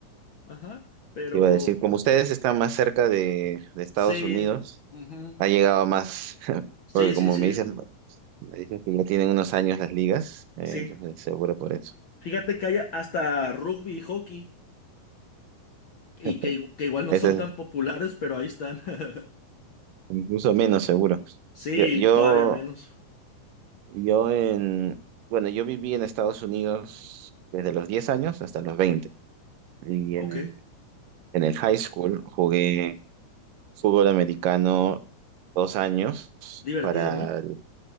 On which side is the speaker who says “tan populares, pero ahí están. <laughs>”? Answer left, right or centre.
Left